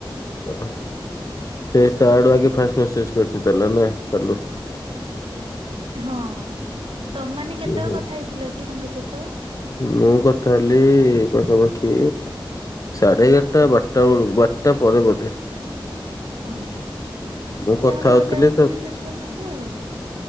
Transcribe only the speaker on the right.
ହଁ ତମେମାନେ କେତେବେଳେ
କଥା ହେଇଥିଲ କି ତାଙ୍କ ସହିତ?
ଓୋ
ସେ ମତେ
ଗୋଟେ ବେଳକୁ ମେସେଜ କରୁଚନ୍ତି ଆଉ।